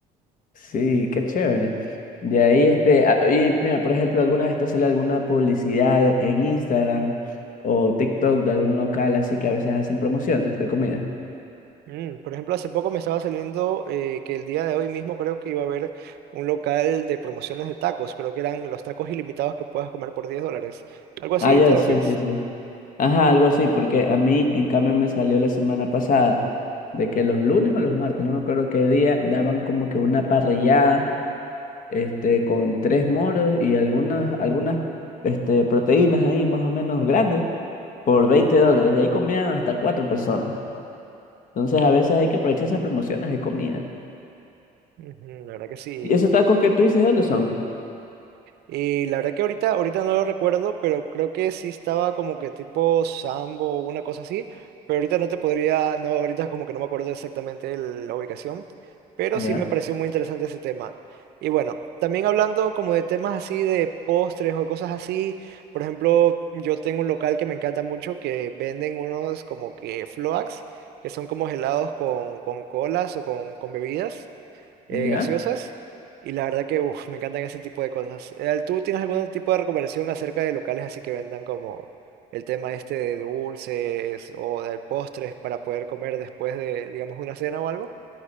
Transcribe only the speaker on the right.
Mm, por ejemplo, hace poco me estaba saliendo eh, que el día de hoy mismo creo que iba a haber un local de promociones de tacos, creo que eran los tacos ilimitados que puedas comer por 10 dólares. ¿Algo así
te refieres?
Ujú, la verdad que sí.
Y la verdad que ahorita, ahorita no lo recuerdo, pero creo que sí estaba como que tipo Sambo o una cosa así. Pero ahorita no te podría, no, ahorita como que no me acuerdo exactamente el- la ubicación. Pero
sí me pareció muy interesante ese tema. Y bueno, también hablando como de temas así de postres o cosas así. Por ejemplo, yo tengo un local que me encanta mucho que venden unos como que floats, que son como helados con, con colas o con, con bebidas eh,
gaseosas y la verdad que uf, me encantan ese tipo de cosas. Eh, ¿Tú tienes algún tipo de recomendación acerca de locales así que vendan como el tema este de dulces o de postres para poder comer después de, digamos, una cena o algo?